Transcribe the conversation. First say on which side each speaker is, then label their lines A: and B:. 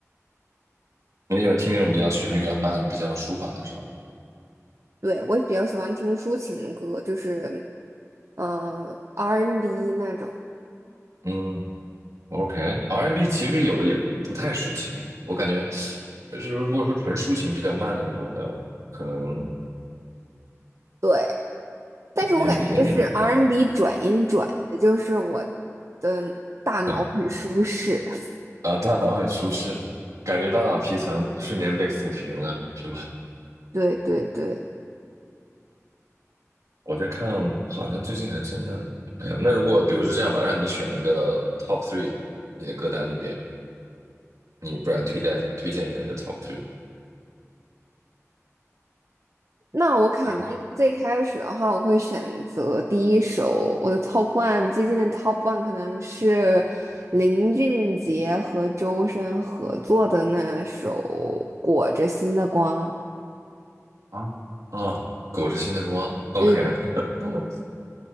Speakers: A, on the right; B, on the right.
A: 你喜欢听那种比较旋律比较慢、比较舒缓的是吧？
B: 对，我也比较喜欢听抒情歌，就是嗯、呃 R&B 那种。
A: 嗯，OK，R&B n 其实有的也不太抒情诶，我感觉，就是如果说纯抒情比较慢的那种的，可能
B: 对，但是我感觉就是
A: 也有一点点不太一
B: R&B 转音转的，就是我的大脑很舒适。
A: 样
B: <laughs>
A: 啊，大脑很舒适，感觉大脑皮层瞬间被抚平了，是吗？
B: 对对对。
A: 我在看，好像最近还真的没有。那如果比如说这样吧，让你选一个 top three，你的歌单里边，你不然推荐推荐一下你的 top three。
B: 那我肯定最开始的话，
A: 如果
B: 我会选择第一首我的 top one，最近的 top one 可能是林俊杰和周深合作的那首《裹着心的光》。
A: 啊啊，裹着新的光，OK，
B: 嗯
A: <laughs>